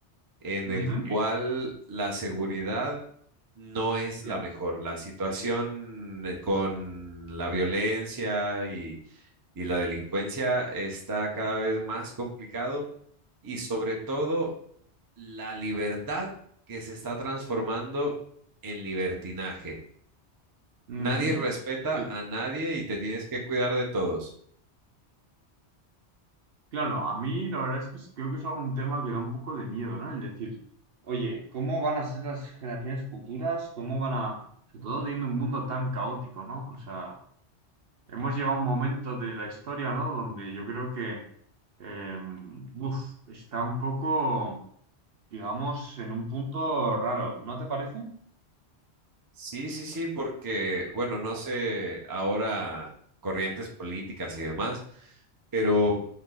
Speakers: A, on the right; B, on the right.
A: en
B: Ujú,
A: el cual la seguridad no es
B: ya.
A: la mejor. La situación eh, con la violencia y, y la delincuencia está cada vez más complicado y sobre todo la libertad que se está transformando en libertinaje.
B: ujú".
A: Nadie respeta
B: Sí.
A: a nadie y te tienes que cuidar de todos.
B: Claro, a mí la verdad es que es- creo que es algún tema que da un poco de miedo, ¿no? El decir, oye, ¿cómo van a ser las generaciones futuras? ¿Cómo van a, sobre todo teniendo un mundo tan caótico, ¿no? O sea, hemos llegado a un momento de la historia, ¿no? Donde yo creo que, eh, uf, está un poco, digamos, en un punto raro, ¿no te parece?
A: Sí, sí, sí, porque, bueno, no sé ahora corrientes políticas y demás, pero,